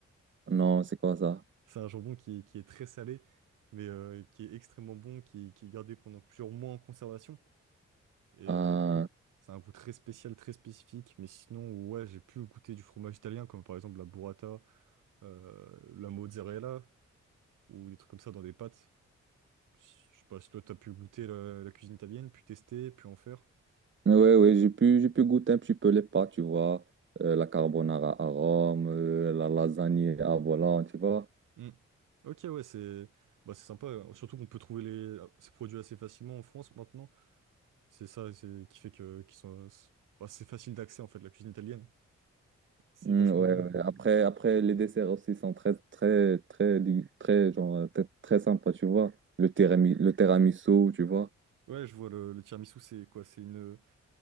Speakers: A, on the right; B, on the right.
A: Non, c'est comme ça.
B: C'est un jambon qui, qui est très salé, mais euh, qui est extrêmement bon, qui, qui est gardé pendant plusieurs mois en conservation. Et euh,
A: Euh,
B: c'est un goût très spécial, très spécifique. Mais sinon, ouais, j'ai pu goûter du fromage italien, comme par exemple la burrata, euh, la mozzarella, ou des trucs comme ça dans des pâtes. Je sais pas si toi, t'as pu goûter la, la cuisine italienne, puis tester, puis en faire.
A: ouais, ouais, j'ai pu, j'ai pu goûter un petit peu les pâtes, tu vois. Euh, la carbonara à Rome, euh, la lasagne à volant, tu vois.
B: Hmm. Ok, ouais, c'est bah, c'est sympa. hein. Surtout qu'on peut trouver les... ces produits assez facilement en France maintenant. C'est ça c'est... qui fait que qu'ils sont... c'est bah, c'est facile d'accès, en fait, la cuisine italienne. C'est
A: Mm,
B: vachement
A: ouais,
B: bon.
A: ouais. Après, après, les desserts aussi sont très, très, très, du- très, genre, euh, très, très sympas, tu vois. Le tiramisu, le tiramisu, tu vois.
B: Ouais, je vois, le, le tiramisu, c'est quoi? C'est une...